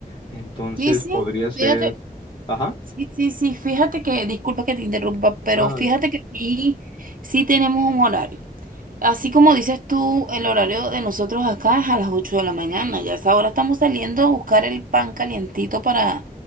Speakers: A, on the left; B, on the right.
A: entonces
B: Sí, sí,
A: podría ser,
B: fíjate,
A: ajá,
B: sí, sí, sí, fíjate que, disculpa que te interrumpa, pero
A: ah,
B: fíjate que aquí sí tenemos un horario. Así como dices tú, el horario de nosotros acá es a las 8 de la mañana. Ya a esa hora estamos saliendo a buscar el pan calientito para,